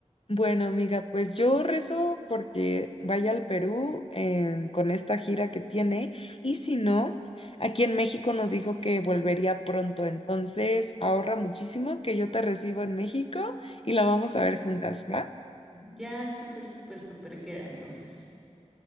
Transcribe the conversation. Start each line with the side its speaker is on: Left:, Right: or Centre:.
Left: Bueno, amiga, pues yo rezo porque vaya al Perú en- con esta gira que tiene y si no, aquí en México nos dijo que volvería pronto, entonces ahorra muchísimo que yo te recibo en México y la vamos a ver juntas, ¿va?
Centre: Ya súper, súper, súper queda entonces.